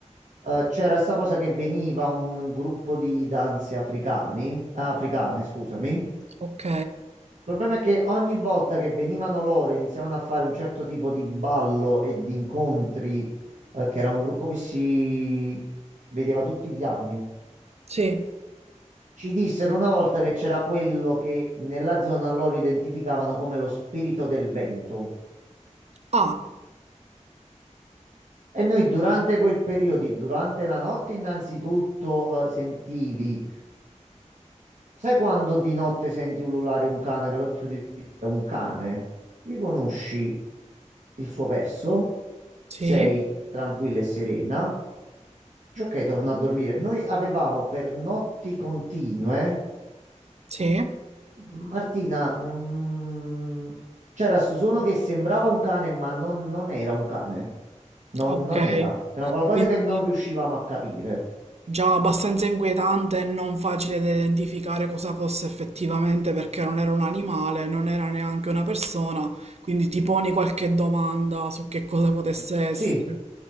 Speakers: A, on the right; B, on the right.
A: eh, c'era sta cosa che veniva un gruppo di danze africani, africane, scusami. Il
B: ok,
A: problema è che ogni volta che venivano loro e iniziavano a fare un certo tipo di ballo e di incontri, eh, che era un gruppo che si vedeva tutti gli anni.
B: sì.
A: Ci dissero una volta che c'era quello che nella zona loro identificavano come lo spirito del vento.
B: Ah,
A: E noi durante quel periodo, durante la notte, innanzitutto eh, sentivi, sai quando di notte senti ululare un cane, però tu dici è un cane, riconosci il suo verso,
B: sì,
A: sei tranquilla e serena, dici ok, torno a dormire. Noi avevamo per notti continue.
B: sì,
A: Martina, non- c'era sto suono che sembrava un cane, ma non, non era un cane. Non,
B: ok.
A: non era. Era qualcosa
B: Quindi
A: che non riuscivamo a capire.
B: Già abbastanza inquietante e non facile da identificare cosa fosse effettivamente perché non era un animale, non era neanche una persona, quindi ti poni qualche domanda su che cosa potesse
A: Sì,
B: essere.